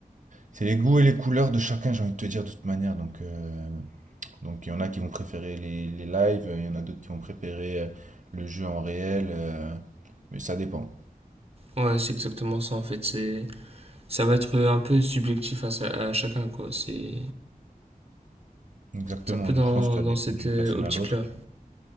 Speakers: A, on the right (about 55°); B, on the right (about 40°).
A: c'est les goûts et les couleurs de chacun, j'ai envie de te dire de toute manière. Donc, euh, donc il y en a qui vont préférer les, les lives, euh, il y en a d'autres qui vont préférer euh, le jeu en réel, euh, mais ça dépend.
B: Ouais, c'est exactement ça, en fait. C'est, ça va être un peu subjectif à, sa- à chacun, quoi. C'est,
A: Exactement,
B: c'est un peu
A: donc
B: dans,
A: je pense que ça
B: dans
A: dépend
B: cette
A: d'une
B: euh,
A: personne
B: optique-là.
A: à l'autre.